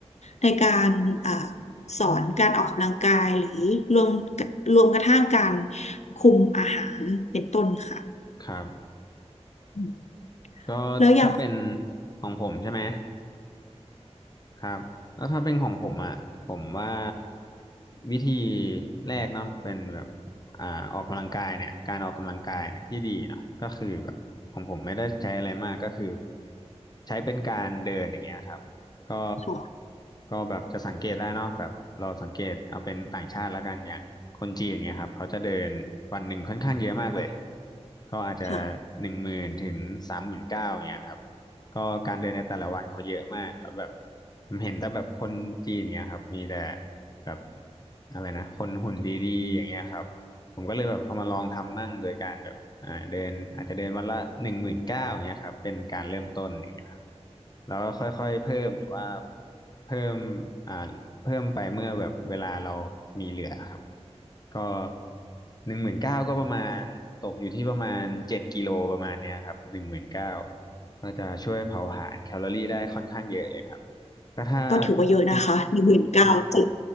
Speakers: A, on the left (about 75°); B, on the left (about 35°).
A: ในการอ่าสอนการออกกำลังกายหรือรวมรวมกระทั่งการคุมอาหารเป็นต้นค่ะ
B: ครับ
A: อืม
B: ก็ถ้าเป็น
A: แล้วอย่าง
B: ของผมใช่ไหม ครับแล้วถ้าเป็นของผมอ่ะผมว่าวิธีแรกเนาะเป็นแบบอ่าออกกำลังกายเนี่ยการออกกำลังกายเนี่ยที่ดีเนาะก็คือแบบของผมไม่ได้ใช้อะไรมากก็คือใช้เป็นการเดินอย่างเงี้ยครับก็
A: ค่ะ
B: ก็แบบจะสังเกตได้เนาะแบบเราสังเกตเอาเป็นต่างชาติและกันอย่างคนจีนอย่างเงี้ยครับเขาจะเดินวันหนึ่งค่อนข้างเยอะมากเลยก็อาจจะ
A: ค่ะ
B: หนึ่งหมื่นถึงสามหมื่นเก้าอย่างเงี้ยครับ ก็การเดินในแต่ละวันเขาเยอะมากแล้วแบบผมเห็นแต่แบบคนจีนเนี้ยครับมีแต่แบบอะไรนะคนหุ่นดีๆอย่างเงี้ยครับผมก็เลยแบบเอามาลองทำมั่งโดยการแบบอ่าเดินอาจจะเดินวันละหนึ่งหมื่นเก้าอย่างเงี้ยครับเป็นการเริ่มต้นอย่างเงี้ยครับแล้วก็ค่อยๆเพิ่มหรือว่าเพิ่มอ่า เพิ่มไปเมื่อแบบเวลาเรามีเหลือครับก็หนึ่งหมื่นเก้าก็ประมาณตกอยู่ที่ประมาณเจ็ดกิโลประมาณเนี้ยครับหนึ่งหมื่นเก้าก็จะช่วยเผาผลาญแคลอรี่ได้ค่อนข้างเยอะเลยครับก็ถ้า
A: ก็ถือว่าเยอะนะคะหนึ่งหมื่นเก้าเจ็ด
B: เป็นใช่